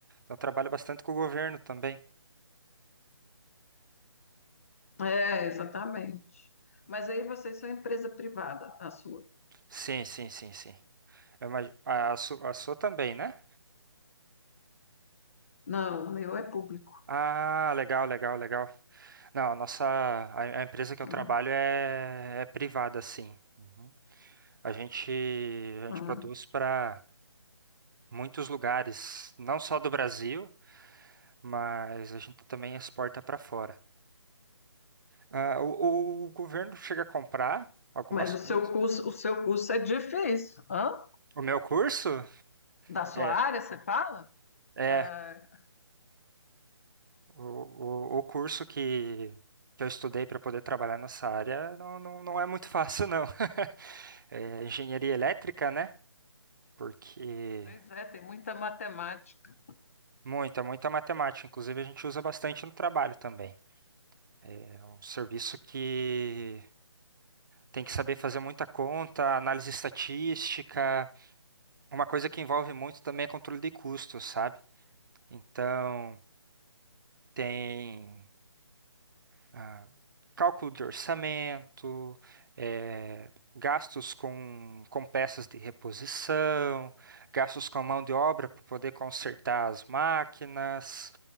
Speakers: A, on the right; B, on the left.
A: Eu trabalho bastante com o governo também.
B: É, exatamente. Mas aí vocês são empresa privada, a sua.
A: Sim, sim, sim, sim. Eu imag- a, a, su- a sua também, né?
B: Não, o meu é público.
A: Ah, legal, legal, legal. Não, a nossa, a, a empresa que eu trabalho
B: né?
A: é, é privada, sim. Uhum. A gente, a
B: Ah,
A: gente produz para muitos lugares, não só do Brasil, mas a gente também exporta para fora. Ah, o, o governo chega a comprar algumas
B: Mas o
A: coisas.
B: seu curso, o seu curso é difícil. Hã?
A: O meu curso
B: Da sua
A: é,
B: área, você fala?
A: é
B: É,
A: o, o, o curso que, que eu estudei para poder trabalhar nessa área não, não, não é muito fácil, não. <laughs> É, engenharia elétrica, né? Porque
B: pois é, tem muita matemática.
A: muita, muita matemática. Inclusive, a gente usa bastante no trabalho também. É um serviço que tem que saber fazer muita conta, análise estatística. Uma coisa que envolve muito também é controle de custos, sabe? Então, tem ah, cálculo de orçamento, eh, gastos com, com peças de reposição, gastos com mão de obra para poder consertar as máquinas.